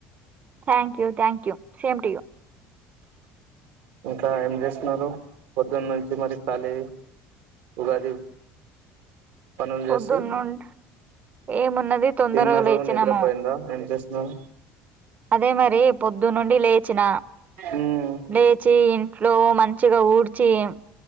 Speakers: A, on the right; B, on the right.
A: thank you thank you same to you
B: ఇంకా ఏం చేస్తున్నారు పొద్దున్నుంచి మరి ఖాళీ ఉగాది పనులు
A: పొద్దున్నుండి
B: చేసి
A: ఏమున్నది తొందరగా
B: తిన్నారు
A: లేచినము
B: నిద్రపోయిందా ఏం చేస్తున్నారు
A: అదే మరి పొ ద్దు నుండి లే చ్చిన
B: ఉమ్
A: లేచి ఇంట్లో లో మంచిగా ఊడ్ చేం